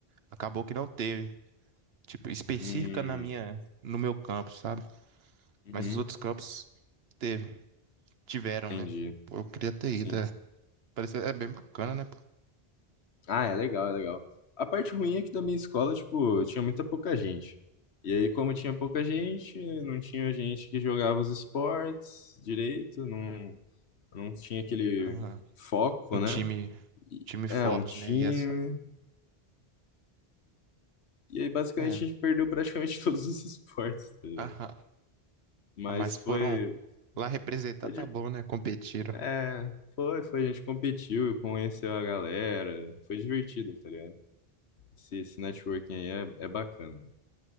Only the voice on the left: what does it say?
Hum,
uhum,
entendi,
sim.
Ah, é legal, é legal. A parte ruim é que da minha escola, tipo, tinha muita pouca gente. E aí, como tinha pouca gente, não tinha gente que jogava os esportes direito, não, não tinha aquele
foco,
né?
É, um time.
E aí, basicamente,
a gente perdeu praticamente <laughs> todos os esportes. tá ligado?
Mas
foi,
foi
di-
É, foi, foi. A gente competiu, conheceu a galera. Foi divertido, tá ligado? Esse, esse networking aí é, é bacana.